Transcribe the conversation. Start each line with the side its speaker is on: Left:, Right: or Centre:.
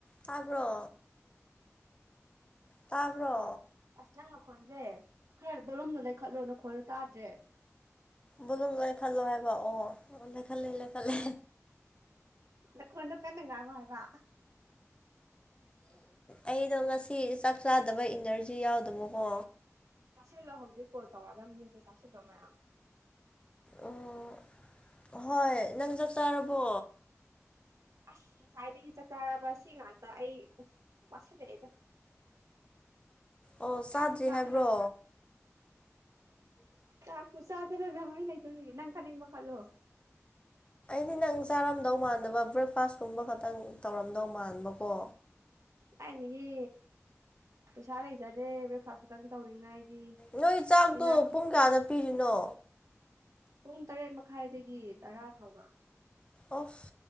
Left: ꯇꯥꯕ꯭ꯔꯣ ꯇꯥꯕ꯭ꯔꯣ
Right: ꯑꯁ ꯅꯪ ꯅꯈꯣꯟꯖꯦ ꯈꯔ ꯕꯣꯂꯨꯝꯗꯨ ꯂꯩꯈꯠꯂꯣ ꯅꯈꯣꯟꯗꯨ ꯇꯥꯗ꯭ꯔꯦ
Left: ꯕꯣꯂꯨꯝ ꯂꯩꯈꯠꯂꯣ ꯑꯣ ꯑꯣ ꯂꯩꯈꯠꯂꯦ ꯂꯩꯈꯠꯂꯦ
Right: ꯅꯈꯣꯟꯗꯣ ꯀꯟꯅ ꯉꯥꯏꯉꯣ ꯍꯥꯏꯕ
Left: ꯑꯩꯗꯣ ꯉꯁꯤ ꯆꯥꯛ ꯆꯥꯗꯕꯩ ꯏꯅꯔꯖꯤ ꯌꯥꯎꯗꯕꯀꯣ
Right: ꯆꯥꯁꯤꯜꯂꯣ ꯍꯧꯖꯤꯛ ꯀꯣꯜ ꯇꯧꯔꯛꯗꯕꯅꯤꯁꯦ ꯆꯥꯁꯤꯜꯂꯣ ꯃꯌꯥꯝ
Left: ꯑꯣ ꯍꯣꯏ ꯅꯪ ꯆꯥꯛ ꯆꯥꯔꯕꯣ
Right: ꯑꯁ ꯉꯁꯥꯏꯗꯒꯤ ꯆꯥꯛ ꯆꯔꯕꯔꯥ ꯁꯤ ꯉꯥꯛꯇ ꯑꯩ ꯑꯁ ꯋꯥꯁꯤꯜꯂꯛꯑꯦꯗ
Left: ꯑꯣ
Right: ꯆꯥꯛꯄꯨ
Left: ꯆꯥꯗ꯭ꯔꯤ
Right: ꯆꯥꯗꯅ
Left: ꯍꯥꯏꯕ꯭ꯔꯣ
Right: ꯆꯥꯛꯄꯨ ꯆꯗꯔꯦꯗꯥ ꯃꯤ ꯂꯩꯇꯕꯥꯒꯤ ꯅꯪ ꯈꯟꯅꯤꯡꯕ ꯈꯜꯂꯣ
Left: ꯑꯗꯨꯗꯤ ꯅꯪ ꯆꯥꯔꯝꯗꯧ ꯃꯥꯟꯗꯥꯕ ꯕ꯭ꯔꯦꯛꯐꯥꯁꯀꯨꯝꯕ ꯈꯛꯇꯪ ꯇꯧꯔꯝꯗꯧ ꯃꯥꯟꯕꯀꯣ
Right: ꯀꯥꯢꯗꯥꯒꯤ ꯄꯩꯁꯥ ꯂꯩꯖꯗꯦ ꯕ꯭ꯔꯦꯛꯐꯥꯁ ꯈꯛꯇꯪ ꯇꯧꯔꯤꯉꯥꯏꯒꯤ
Left: ꯅꯣꯏ ꯆꯥꯛꯇꯣ
Right: ꯏꯅꯥ ꯈꯨꯟ
Left: ꯄꯨꯡ ꯀꯌꯥꯗ ꯄꯤꯔꯤꯅꯣ
Right: ꯄꯨꯡ ꯇꯔꯦꯠ ꯃꯈꯥꯏꯗꯒꯤ ꯇꯔꯥ ꯐꯥꯎꯕ
Left: ꯑꯁ